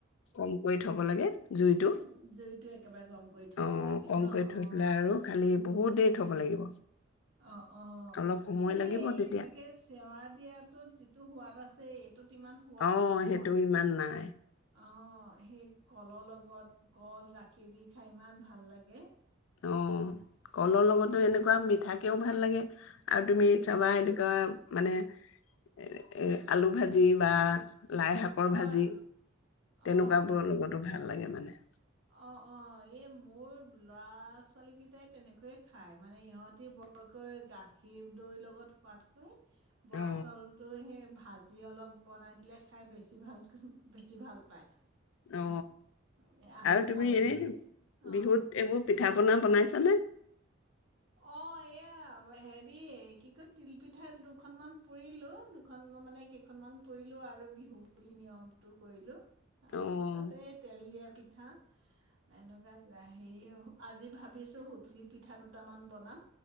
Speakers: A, on the left; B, on the right.
A: কম কৰি থ'ব লাগে। জুইটো
B: উম, জুইটো একেবাৰে কম কৰি থ'ব
A: অ
B: লাগে
A: কমকৈ
B: ন,
A: থৈ
B: অ',
A: পেলাই আৰু খালি বহুত দেৰি থব
B: উহ্,
A: লাগিব
B: অ-অ
A: অলপ সময়
B: কিন্তু
A: লাগিব
B: এইভাগে
A: তেতিয়া
B: চেৱা দিয়াাতটোত যিটো সোৱাদ আছে <unintelligible> ত'ত ইমান সোৱাদ
A: অ
B: নহয়।
A: সেইটো ইমান নাই
B: অ', সেই কলৰ লগত কল, গাখীৰ দি খাই ইমান ভাল লাগে।
A: অ', কলৰ লগতো এনেকুৱা মিঠাকেও ভাল লাগে। আৰু তুমি চাবা
B: অ
A: এনেকুৱা মানে এ-এ, আলু ভাজি বা লাই শাকৰ
B: হয়
A: ভাজি। তেনেকুৱাবোৰৰ
B: অ
A: লগতো ভাল লা গে মানে।
B: অ'-অ', এই মোৰ ল'ৰা ছোৱালীকেইটাই তেনেকৈয়ে খাই, মানে ইহঁতি বৰকৈ গাখীৰ, দৈ লগত খোৱাতকৈ বৰা
A: অ
B: চাউলতো সেই ভা ভাজি অলপ বনাই দিলে, খাই বেছি ভালকৈ, বেছি ভাল পায়।
A: অ
B: উম। আলু
A: আৰু তুমি
B: ভাজি
A: এনে
B: অ',
A: বিহুত এইবোৰ পিঠা পনা বনাইছানে?
B: অ'এয়া হেৰি কি কয়, তিলপিঠা দুখনমান পুৰিলো। দুখন মানে কেইখনমান পুৰিলো আৰু বিহু বুলি নিয়মতটো কৰিলোঁ। তাৰপিছতে
A: অ
B: তেল দিয়া পি পিঠা এনেকুৱা হেৰি আজি ভাবিছোঁ সুতুলি পিঠা দুটা টামান বনাম।